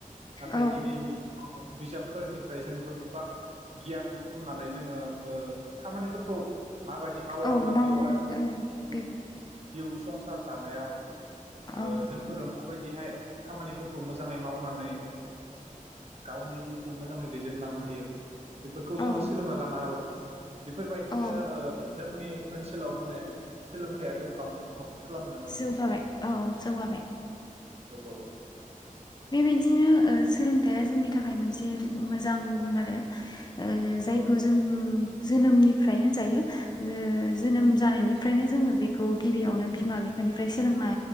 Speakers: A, on the right (about 45°); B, on the left (about 30°).
A: नाथाय
B: औ
A: दिनैनि बिजाबफोरनिफ्राय जों गोबां गियान बुथुमनानै जोङो ओ खामानिफोरखौ माबायदि मावलांनांगौ
B: औ मावनो
A: आरो
B: औ बेफोर
A: जिउ संसार दानायाव ओ
B: औ
A: जोंफोरो मा बायदिहाय खामानिफोरखौ मोजाङै मावनानै गावनि जिउखौ मोजाङै दैदेनलांनो हायो। बेफोरखौ जोङो
B: औ
A: सोलोंना लानो हाबा बेफोरबायदिनो
B: औ
A: ओ जोंनि ओनसोलाव माने सोलोंथाइया गोबां खालामदों आरो
B: जौगाबाय औ जौगाबाय
A: जौगाबाय
B: बेबायदिनो सोलोंथाइया जोंनि थाखाय मोनसे मोजां गुन आरो ओ जायखौ
A: औ
B: जों जोनोमनिफ्राय होनजायो जो जोनोम जानायनि फ्रायनो जोङो बेखौ गिबियावनो बिमा फानिफ्राय सोलोंना